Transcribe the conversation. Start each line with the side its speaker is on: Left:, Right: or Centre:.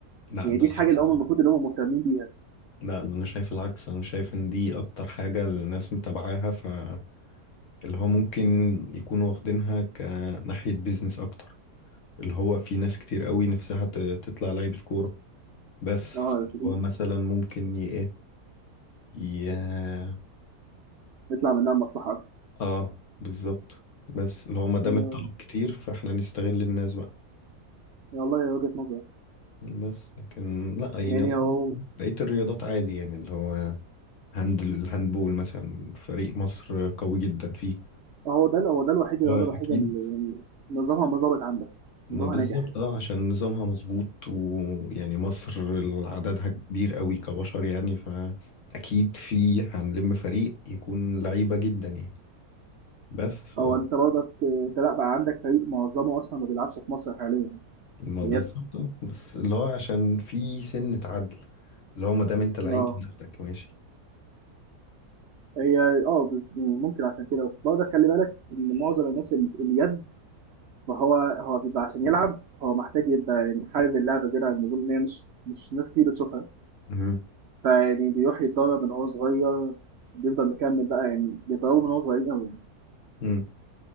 Left: لا
Right: يعني
Left: ده
Right: دي
Left: العكس
Right: الحاجة اللي هُم المفروض اللي هُم مهتمين بيها،
Left: لا ده انا شايف العكس انا شايف ان دي اكتر حاجة الناس متابعاها فاللي هو ممكن يكونوا واخدينها كناحية بيزنس اكتر اللي هو في ناس كتير قوي نفسها ت- تطلع لعيبة كورة بس
Right: آه، دي
Left: هو مثلا ممكن ي ايه ي...
Right: يطلع منها مصلحة أكتر،
Left: اه بالظبط بس اللي هو ما دام
Right: آآ،
Left: الطلب كتير فاحنا نستغل الناس بقى
Right: والله هي وجهة نظر،
Left: بس لكن لا يعني
Right: يعني
Left: أظن
Right: هو
Left: بقية الرياضات عادي يعني اللي هو هاند الهاندبول مثلا فريق مصر قوي جدا فيه
Right: هو ده هو ده الوحيد الرياضة
Left: أكيد
Right: الوحيدة اللي يعني نظامها ما ضابط عندك،
Left: ما
Right: نظامها
Left: بالظبط
Right: ناجح،
Left: اه عشان نظامها مظبوط ويعني مصر عددها كبير قوي كبشر يعني فأكيد في هنلم فريق يكون لعيبة جدا يعني بس ف-
Right: هو أنت برضك آه، أنت لأ بقى عندك فريق معظمه أصلًا ما بيلعبش في مصر حاليًا،
Left: ما
Right: في اليد،
Left: بالظبط آه. بس اللي هو عشان في سنة عدل اللي هو ما دام انت لعيب
Right: آه،
Left: هناخدك ماشي
Right: هي آه، بالض ممكن عشان كده، برضك خلّي بالك إن معظم الناس ال اليد ما هو هو بيبقى عشان يلعب هو محتاج يبقى يعني حابب اللعبة زيادة عن اللزوم إن هي مش مش ناس كتير بتشوفها
Left: مهم.
Right: فيعني بيروح يتدرب من هو صغير بيفضل مكمل بقى يعني بيتدربوا من هو صغير قوي
Left: مم.